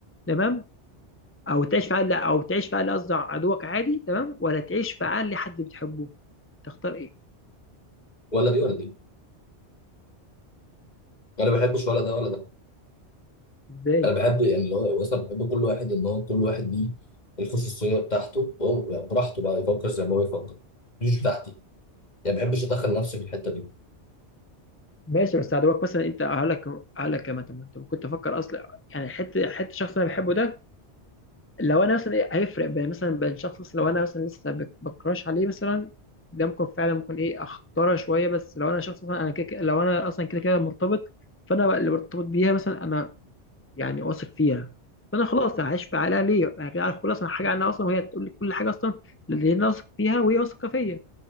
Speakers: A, on the left; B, on the left.
A: تمام او تعيش في عقل لا، او تعيش في عقل قصدي عدوك عادي تمام ولا تعيش في عقل حد بتحبه تختار ايه
B: ولا دي ولا دي انا ما بحبش ولا ده ولا ده
A: ازاي
B: انا بحب يعني اللي هو اصلا بحب كل واحد ان هو كل واحد ليه الخصوصيه بتاعته هو يعني براحته بقى يفكر زي ما هو يفكر مش بتاعتي يعني ما بحبش ادخل نفسي في الحته دي
A: ماشي بس عدوك مثلا انت هقول لك هقول لك كمان طب ما انت كنت افكر اصلا يعني حته حته شخص انا بحبه ده لو انا مثلا إيه هيفرق بين مثلا بين شخص مثلاً لو انا مثلا لسه بك- بكراش عليه مثلا ده ممكن فعلا ممكن ايه اختاره شويه بس لو انا شخص مثلا انا كده كده- لو انا اصلا كده كده مرتبط فانا اللي مرتبط بيها مثلا انا يعني واثق فيها فانا خلاص هعيش في عليها ليه؟ انا كده عارف كل اصلا حاجه عنها اصلا وهي تقول لي كل حاجه اصلا اللي انا واثق فيها وهي واثقه فيا